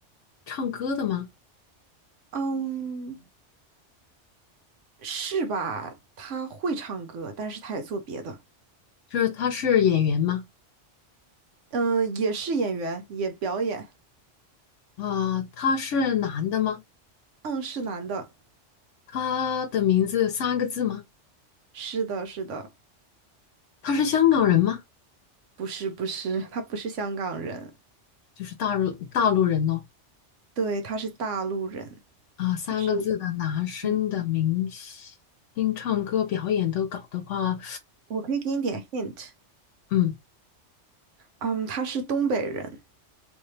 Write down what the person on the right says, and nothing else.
嗯，是吧？他会唱歌，但是他也做别的，
嗯，也是演员，也表演，
嗯，是男的，
是的，是的，
不是，不是，他不是香港人，
对，他是大陆人，
他是，嗯，我可以给你点 hint，
嗯，他是东北人，